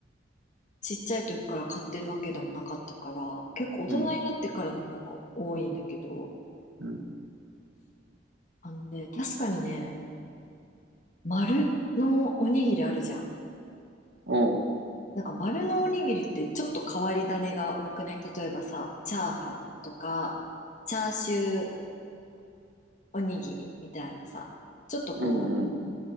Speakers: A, on the left; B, on the right.
A: ちっちゃい時から買ってるわけでもなかったから、結構大人になってからの方が多いんだけど、
B: うん、うん、
A: あのね、確かにね、丸のおにぎりあるじゃん。
B: おうん、
A: なんか丸のおにぎりってちょっと変わり種が多くない例えばさ、チャーハンとか、チャーシューおにぎりみたいなさ、ちょっとこう、
B: うん、うん。